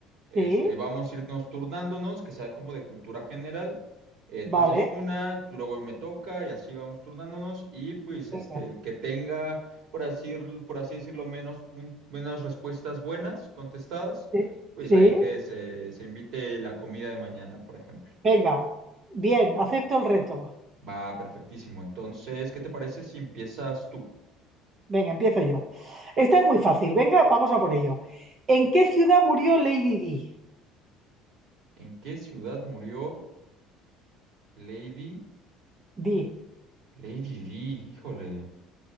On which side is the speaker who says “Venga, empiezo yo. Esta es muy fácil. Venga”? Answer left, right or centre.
Right